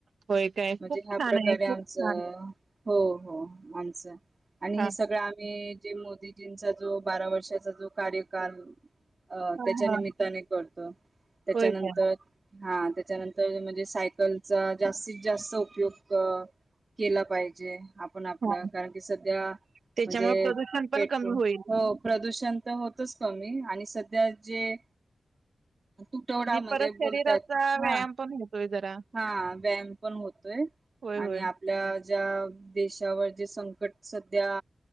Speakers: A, on the right (about 75°); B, on the right (about 45°).
A: होय काय खूप
B: म्हणजे ह्या
A: छान
B: प्रकारे
A: आहे खूप
B: आमचं.
A: छान
B: हो हो माणसं. आणि
A: हा
B: हे सगळं आम्ही म्हणजे मोदीजींचा जो बारा वर्षाचा जो कार्यकाल. अ
A: हा
B: त्याच्या निमित्ताने करतो त्याच्यानंतर
A: होय काय
B: हा. <inaudible> तर म्हणजे सायकलचा जास्तीत जास्त उपयोग. केला पाहिजे. आपण आपल्या
A: हा
B: कारण की सध्या
A: त्याच्यामुळे
B: म्हणजे
A: प्रदूषण पण
B: पेट्रोल
A: कमी होईल
B: हो प्रदूषण तेअ होतच कमी आणि सध्या त्यात जे तुटवडा
A: आणि
B: म्हणजे
A: परत
B: बोलतायत
A: शरीराचा
B: हा,
A: व्यायाम पण होतोय जरा
B: हा व्यायाम पण होतोय
A: होय
B: आणि
A: होय
B: आपल्या. ज्या देशावर जे संकट सध्या